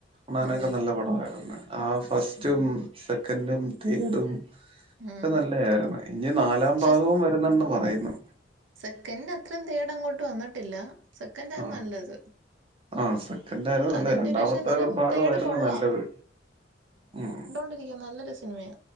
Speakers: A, on the right (about 30°); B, on the right (about 75°).
A: ണാനൊക്കെ
B: ഉം
A: നല്ല പടമായിരുന്നു. ആ ഫസ്റ്റും
B: ഉം
A: സെക്കൻഡും തേഡും
B: ഉം
A: ഒക്കെ നല്ലെയായിരുന്നേ. ഇനി നാലാം
B: പക്ഷെ
A: ഭാഗവും വരുന്നെന്ന് പറയുന്നു.
B: സെക്കൻഡ് അത്രയും തേടങ്ങോട്ട് വന്നിട്ടില്ല സെക്കൻഡാണ്
A: ആ
B: നല്ലത്.
A: ആ സെക്കൻഡായിരുന്നു നല്ലെ
B: അതിന്റെ
A: രണ്ടാമത്തെ
B: ഒരു പക്ഷെ എന്നാലും
A: ഭാഗമായിരുന്നു
B: തേർഡ് കൊള്ളാം
A: നല്ലത് മ്മ്.
B: കണ്ടിരിക്കാൻ നല്ലൊരു സിനിമയാ.